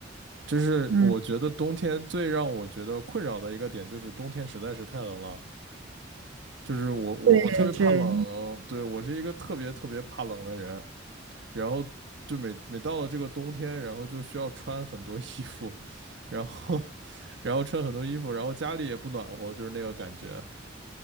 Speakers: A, on the right; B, on the right.
A: 就是我觉得冬天最让我觉得困扰的一个点，
B: 嗯，
A: 就是冬天实在是太冷了。就是我我我特别怕冷，
B: 对对。
A: 对，我是一个特别特别怕冷的人。然后就每每到了这个冬天，然后就需要穿很多衣服，然后 <laughs> 然后穿很多衣服，然后家里也不暖和，就是那个感觉，